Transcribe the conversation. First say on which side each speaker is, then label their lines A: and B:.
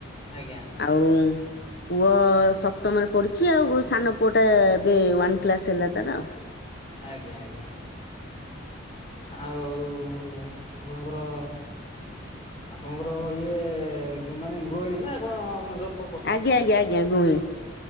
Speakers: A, on the left; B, on the left.
A: ଆଜ୍ଞା।
B: ଆଉ ପୁଅ ସପ୍ତମରେ ପଢୁଛି। ଆଉ ସାନ ପୁଅ ଟା ଏବେ ୱାନ କ୍ଲାସ ହେଲା ତାର।
A: ଆଜ୍ଞା ଆଜ୍ଞା। ଆଉ ଆପଣଙ୍କର ଆପଣଙ୍କର ଇଏ ମାନେ ଗୃହିଣୀ ନା କଣ ଆପଣ ସବ୍
B: ଆଜ୍ଞା ଆଜ୍ଞା ଆଜ୍ଞା ଗୃହିଣୀ।